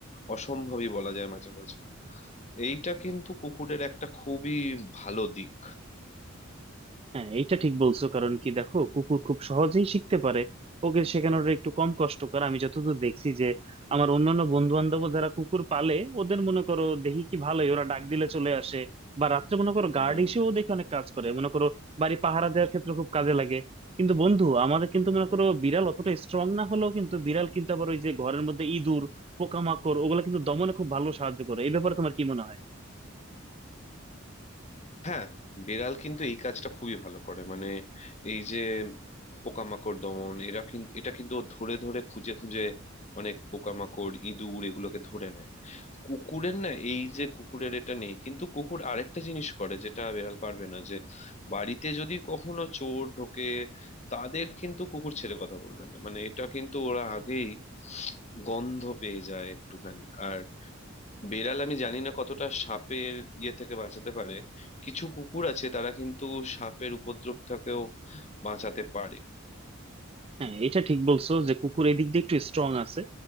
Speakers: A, on the left (about 35°); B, on the right (about 30°).
A: অসম্ভবই বলা যায় মাঝে মাঝে এইটা কিন্তু কুকুরের একটা খুবই ভালো দিক
B: হ্যাঁ এটা ঠিক বলছো কারণ কি দেখো কুকুর খুব সহজেই শিখতে পারে ওকে শেখানোর একটু কম কষ্টকর আমি যতদূর দেখছি যে আমার অন্যান্য বন্ধু বান্ধব যারা কুকুর পালে ওদের মনে করো দেখি কি ভালোই ওরা ডাক দিলে চলে আসে বা রাত্রে মনে করো
A: হুম
B: গার্ড হিসেবেও দেখে অনেক কাজ করে মনে করো বাড়ি পাহারা দেওয়ার ক্ষেত্রে খুব কাজে লাগে কিন্তু বন্ধু আমাদের কিন্তু মনে করো বিড়াল অতটা স্ট্রং না হলেও কিন্তু বিড়াল কিন্তু আবার ওই যে ঘরের মধ্যে ইঁদুর পোকামাকড় ওগুলো কিন্তু দমনে খুব ভালো সাহায্য করে এই ব্যাপারে তোমার কি মনে হয়
A: হ্যাঁ বেড়াল কিন্তু এই কাজটা খুবই ভালো করে মানে এই যে পোকামাকড় দমন এরা কিন্তু এটা কিন্তু ও ধরে ধরে খুঁজে খুঁজে অনেক পোকামাকড় ইঁদুর এগুলোকে ধরে নেয় কুকুরের না এই যে কুকুরের এটা নেই কিন্তু কুকুর আরেকটা জিনিস করে যেটা বেড়াল পারবে না যে বাড়িতে যদি কখনো চোর ঢোকে তাদের কিন্তু কুকুর ছেড়ে কথা বলবে না মানে এটা কিন্তু ওরা আগেই গন্ধ পেয়ে যায় একটুখানি আর বেড়াল আমি জানি না কতটা সাপের ইয়ে থেকে বাঁচাতে পারে কিছু কুকুর আছে তারা কিন্তু সাপের উপদ্রব থেকেও বাঁচাতে পারে
B: হ্যাঁ এটা ঠিক বলছো যে কুকুর এদিক দিয়ে একটু স্ট্রং আছে